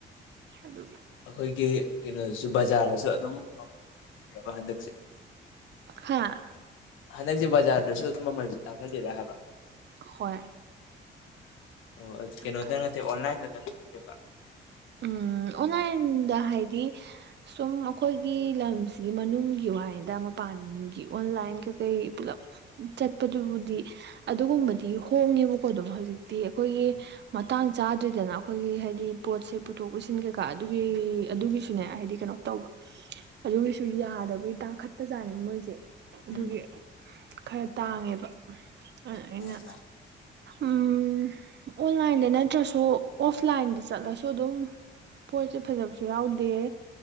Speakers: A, on the right; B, on the left.
A: ꯑꯗꯨꯒꯤ
B: ꯑꯈꯣꯏꯒꯤ ꯀꯩꯅꯣꯗꯁꯨ ꯕꯖꯥꯔꯗꯁꯨ ꯑꯗꯨꯝ ꯃꯃꯜ ꯇꯥꯡꯈꯠꯂꯤꯔꯕ ꯍꯟꯗꯛꯁꯦ
A: ꯍꯥꯥ
B: ꯍꯟꯗꯛꯁꯦ ꯕꯖꯥꯔꯗꯁꯨ ꯑꯗꯨꯝ ꯃꯃꯜꯁꯦ ꯇꯥꯡꯈꯠꯂꯤꯔ ꯍꯥꯏꯕ
A: ꯍꯣꯏ
B: ꯑꯣ ꯀꯩꯅꯗꯪ
A: ꯈꯜꯂꯦ
B: ꯅꯠꯇꯦ ꯑꯣꯟꯂꯥꯏꯟꯗꯗꯪ ꯅꯠꯇꯦꯕ
A: ꯎꯝ ꯑꯣꯟꯂꯥꯏꯟꯗ ꯍꯥꯏꯗꯤ ꯁꯨꯝ ꯑꯈꯣꯏꯒꯤ ꯂꯝꯁꯤꯒꯤ ꯃꯅꯨꯡꯒꯤ ꯋꯥꯅꯤꯗ ꯃ ꯄꯥꯟꯒꯤ ꯑꯣꯟꯂꯥꯏꯟ ꯀꯩꯀꯩ ꯄꯨꯂꯞ ꯆꯠꯄꯗꯨꯕꯨꯗꯤ ꯑꯗꯨꯒꯨꯝꯕꯗꯤ ꯍꯣꯡꯉꯦꯕꯀꯣ ꯑꯗꯨꯝ ꯍꯧꯖꯤꯛꯇꯤ ꯑꯩꯈꯣꯏꯒꯤ
B: ꯎꯝ
A: ꯃ ꯇꯥꯡ ꯆꯥꯗ꯭ꯔꯦꯗꯅ ꯑꯈꯣꯏꯒꯤ ꯍꯥꯏꯗꯤ ꯄꯣꯠꯁꯦ ꯄꯨꯊꯣꯛ ꯄꯨꯁꯤꯟ ꯀꯩꯀꯥ ꯑꯗꯨꯒꯤ ꯑꯗꯨꯒꯤꯁꯨꯅꯦ
B: ꯎꯝ
A: ꯍꯥꯏꯗꯤ ꯀꯩꯅꯣ ꯇꯧꯕ ꯑꯗꯨꯒꯤꯁꯨ ꯌꯥꯗꯕꯒꯤ ꯇꯥꯡꯈꯠꯄꯖꯥꯠꯅꯦ ꯃꯣꯏꯖꯦ ꯑꯗꯨꯒꯤ
B: ꯎꯝ
A: ꯈꯔ ꯇꯥꯡꯉꯦꯕ <unintelligible> ꯑꯩꯅ
B: ꯑꯣ
A: ꯎꯝ ꯑꯣꯟꯂꯥꯏꯟꯗ ꯅꯠꯇ꯭ꯔꯁꯨ ꯑꯣꯐꯂꯥꯏꯟꯗ ꯆꯠꯂ ꯁꯨ ꯗꯨꯝ ꯄꯣꯠꯁꯦ ꯐꯖꯕꯁꯨ ꯌꯥꯎꯗꯦ